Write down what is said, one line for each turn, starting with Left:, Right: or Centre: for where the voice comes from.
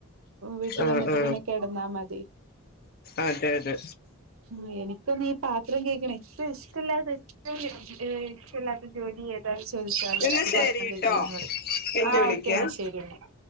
Right: വീട്ട്
Left: ആ
Right: വന്നിട്ട്
Left: ആ
Right: പിന്നെ കിടന്നാ മതി,
Left: അതെ അതെ
Right: ഉം, എനിക്കൊന്നു ഈ പാത്രം കേഴ്കണ ഏറ്റവും ഇഷ്ടല്ലാത്തെ ഏറ്റവും ഇഷ്ടല്ലാ ജോലി ഏതാ ചോദിച്ചാല്
Left: എന്നാ
Right: അത്
Left: ശരിട്ടോ
Right: പാത്രം കഴികലന്ന് പറയും,
Left: പിന്നെ
Right: ആഹ്
Left: വിളിക്കാം
Right: ഓക്കേ എന്നാ ശെരി എന്നാ,